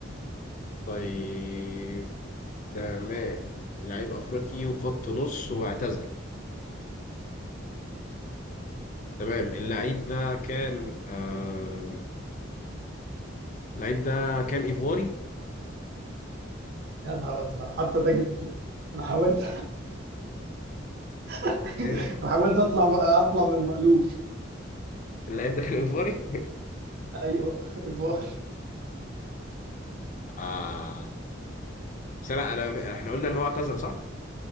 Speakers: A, on the left; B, on the right.
A: طيب تمام اللعيب أفريقي وخط نص واعتزل تمام اللعيب ده كان آه... اللعيب ده كان ايفواري
B: يا نهار ازرق حتى ده جبته انا حاولت <laughs>
A: إيه؟
B: انا حاولت اطلع اطلع من المألوف
A: اللعيب ده كان ايفواري
B: ايوه ايفار
A: <laughs> آه بس لا انا احنا قلنا ان هو اعتزل صح؟